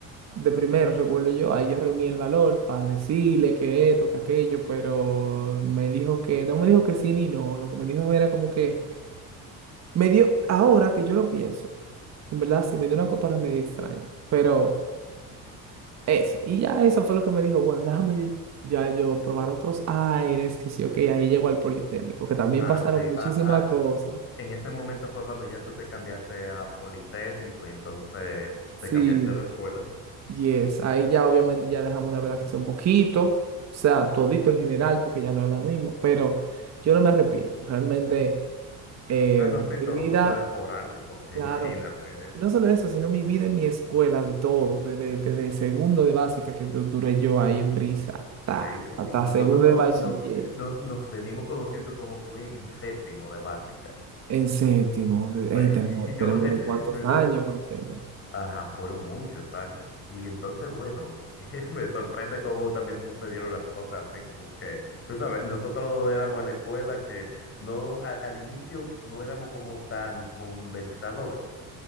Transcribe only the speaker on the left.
Ah,
sí.
ah, ah,
en ese momento fue cuando ya tú te cambiaste a Politécnico y entonces
te cambiaste de escuela.
No, no, sí,
todo
sucede por algo, porque
<laughs> imagínate.
Sí,
y nosotros
no,
nos, nos, nos venimos conociendo como fue en séptimo de básica.
Sí,
<laughs> y yo
me,
entonces,
ajá, fueron muchos años. Y entonces, bueno, <laughs> me sorprende cómo también sucedieron las cosas, así como que, tú sabes, nosotros no éramos en la escuela que no, a- al inicio no éramos como tan conversadores,